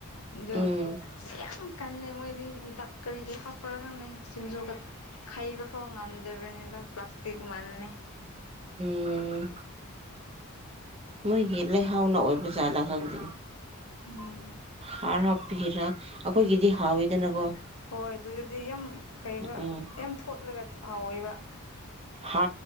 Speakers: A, on the left; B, on the right.
A: ꯑꯣ
B: ꯎꯝ
A: ꯌꯥꯝ ꯀꯜꯂꯩ ꯃꯣꯏꯗꯤ ꯍꯤꯇꯥꯛ ꯀꯔꯤꯒꯤꯩ ꯍꯥꯞꯄ꯭ꯔꯥ ꯍꯪꯅꯩ ꯁꯤꯡꯖꯨ ꯈꯩꯕ ꯐꯥꯎ ꯉꯝꯗꯕ꯭ꯔꯅꯤꯗ ꯄ꯭ꯂꯥꯁꯇꯤꯛ ꯃꯥꯜꯦ
B: ꯎꯝ ꯃꯣꯏꯒꯤ ꯂꯩꯍꯥꯎꯅ ꯑꯣꯏꯕ ꯖꯥꯠꯂꯥ ꯈꯪꯁꯤꯅꯤ
A: ꯎꯝ
B: ꯍꯥꯔ ꯍꯥꯞꯄꯤꯒꯦꯔꯥ ꯑꯩꯈꯣꯏꯒꯤꯗꯤ ꯍꯥꯎꯋꯤꯗꯅꯀꯣ
A: ꯍꯣꯏ ꯑꯗꯨꯗꯗꯤ ꯌꯥꯝ ꯀꯔꯤꯕ
B: ꯎꯝ
A: ꯌꯥꯝ ꯊꯣꯠꯂꯒ ꯍꯥꯎꯋꯦꯕ
B: ꯍꯥ